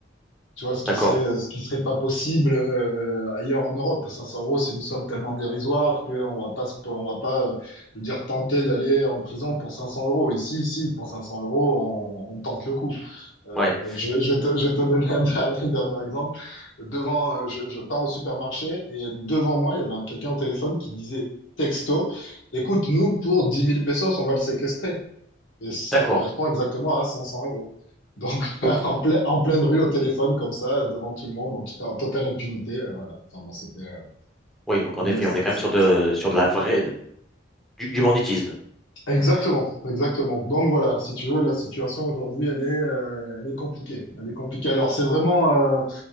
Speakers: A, on the left; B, in the centre.
A: Tu vois, ce qui
B: D'accord.
A: serait, ce qui serait pas possible euh, ailleurs en Europe. 500 euros, c'est une somme tellement dérisoire qu'on va pas, se- on va pas, euh, je veux dire, tenter d'aller en prison pour 500 euros. Ici, ici, pour 500 euros, on, on tente le coup. Euh,
B: Ouais.
A: je, vais je vais te, je vais te donner un, <laughs> dernier un dernier exemple. Devant, euh, je, je pars au supermarché et devant moi, il y avait un- quelqu'un au téléphone qui disait texto, écoute, nous, pour 10 000 pesos, on va le séquestrer. Et ça
B: D'accord.
A: correspond exactement à 500 euros. Donc, <laughs>
B: Ok.
A: en, plein- en pleine rue, au téléphone, comme ça, devant tout le monde, en, tout- en totale impunité. euh, voilà. Enfin, bon, c'était. euh,
B: Oui, donc en
A: c'était-
B: effet,
A: c'est-
B: on est quand
A: c'est-
B: même sur de,
A: c'est-
B: sur de la vraie, du, du banditisme.
A: Exactement, exactement. Donc, voilà, si tu veux, la situation aujourd'hui, elle est, euh, elle est compliquée. Elle est compliquée. Alors, c'est vraiment, euh,